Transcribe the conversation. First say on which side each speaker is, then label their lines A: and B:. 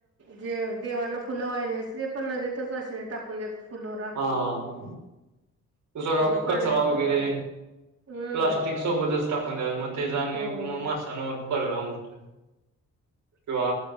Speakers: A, on the right (about 55°); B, on the right (about 85°).
A: जे देवांना फुलं व्हाहिली ते पण नदीतच असे टाक पुण्याचा फुलोरा
B: हा तो सगळा
A: सगळं पाण्याचं
B: कचरा वगैरे
A: प्रदूषण हम्म
B: प्लास्टिक सोबतच टाकून द्या मग त्याचा आणि
A: हो.
B: म माशांवर परिणाम होतोय किंवा